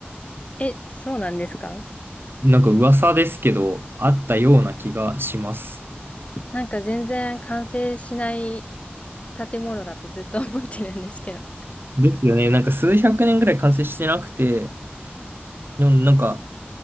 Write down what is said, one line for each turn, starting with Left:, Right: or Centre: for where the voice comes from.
Left: え、そうなんですか
Right: なんか噂ですけど、あったような気がします。
Left: なんか全然完成しない建物だってずっと思ってるんですけど。
Right: ですよね。なんか数百年ぐらい完成してなくて、でもなんか、